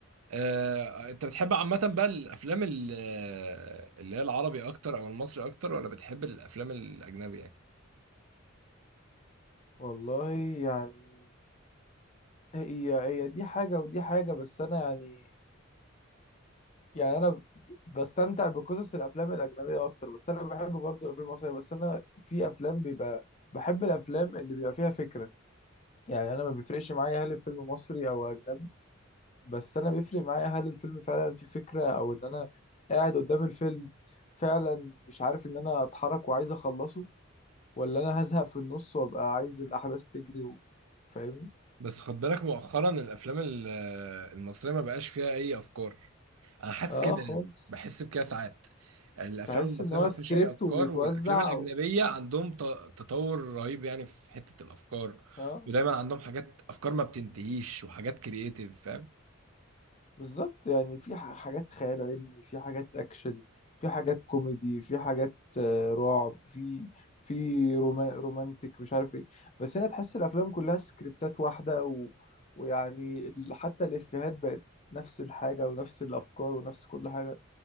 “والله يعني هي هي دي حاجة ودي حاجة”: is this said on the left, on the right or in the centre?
Left